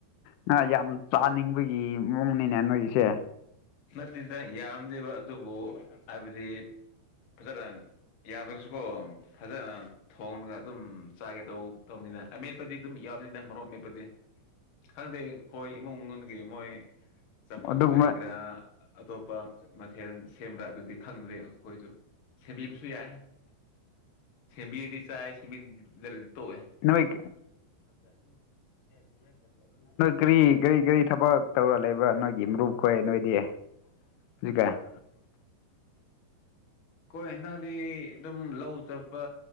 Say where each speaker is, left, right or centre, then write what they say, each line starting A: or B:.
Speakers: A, on the left; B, on the left.
A: ꯉꯥ ꯌꯥꯝ ꯆꯥꯅꯤꯡꯕꯒꯤ ꯃꯑꯣꯡꯅꯤꯅꯦ ꯅꯣꯏꯒꯤꯁꯦ
B: ꯅꯠꯇꯦꯗ ꯌꯥꯝꯗꯦꯕ ꯑꯗꯨꯕꯨ ꯍꯥꯏꯕꯗꯤ ꯐꯖꯅ ꯌꯥꯗ꯭ꯔꯁꯨꯀꯣ ꯐꯖꯅ ꯊꯣꯡꯉꯒ ꯑꯗꯨꯝ ꯆꯥꯒꯦ ꯇꯧ- ꯇꯧꯅꯤꯗ ꯑꯃꯦꯠꯄꯗꯤ ꯑꯗꯨꯝ ꯌꯥꯎꯕꯅꯤꯗ ꯃꯣꯔꯣꯛ ꯑꯃꯦꯠꯄꯗꯤ ꯈꯪꯗꯦ ꯑꯩꯈꯣꯏ ꯏꯃꯨꯡ ꯃꯅꯨꯡꯗꯒꯤ ꯃꯣꯏ ꯆꯝꯐꯨꯠ
A: ꯑꯗꯨꯒꯨꯝꯕ
B: ꯀꯔꯤꯀ꯭ꯔꯥ ꯑꯇꯣꯞꯄ ꯃꯊꯦꯜ ꯁꯦꯝꯕ꯭ꯔꯥ ꯑꯗꯨꯗꯤ ꯈꯪꯗ꯭ꯔꯦ ꯑꯩꯈꯣꯏꯁꯨ ꯁꯦꯝꯕꯤꯕꯁꯨ ꯌꯥꯏ ꯁꯦꯝꯕꯤꯔꯗꯤ ꯆꯥꯏ ꯁꯦꯝꯕꯤꯗ꯭ꯔꯗꯤ ꯇꯣꯛꯑꯦ
A: ꯅꯣꯏ
B: <unintelligible>
A: ꯀꯔꯤ-ꯀꯔꯤ-ꯀꯔꯤ ꯊꯕꯛ ꯇꯧꯔ ꯂꯩꯕ꯭ꯔꯥ ꯅꯣꯏꯒꯤ ꯃꯔꯨꯞꯈꯣꯏ ꯅꯣꯏꯗꯤ ꯍꯧꯖꯤꯛ ꯀꯥꯟ
B: ꯈꯣꯏ ꯍꯟꯗꯛꯗꯤ ꯑꯗꯨꯝ ꯂꯧ ꯆꯠꯄ